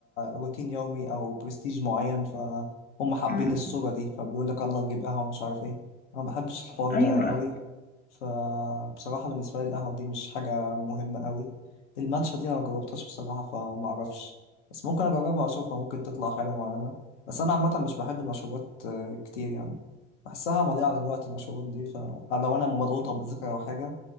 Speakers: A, on the left (about 80°); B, on the left (about 25°).
A: روتين يومي أو برستيج معين فهم حابين
B: إمم، إمم.
A: الصورة دي فبيقول لك يلا نجيب قهوة مش عارف ايه أنا ما بحبش الحوار
B: أيوه،
A: ده قوي فبصراحة بالنسبة لي القهوة دي مش حاجة مهمة قوي الماتشا دي أنا ما جربتهاش بصراحة فما أعرفش بس ممكن أجربها أشوفها ممكن تطلع حلوة معانا بس أنا عامة مش بحب المشروبات آه، كتير يعني بحسها مضيعة للوقت المشروبات دي فلو أنا مضغوطة بذاكرة أو حاجة